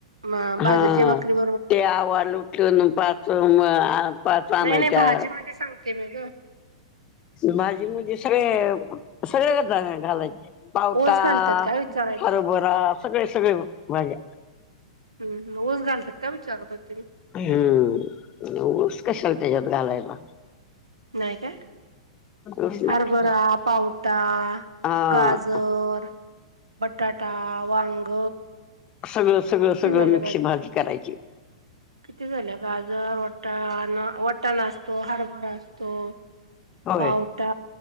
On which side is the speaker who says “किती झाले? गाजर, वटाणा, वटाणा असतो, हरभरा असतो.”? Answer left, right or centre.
Right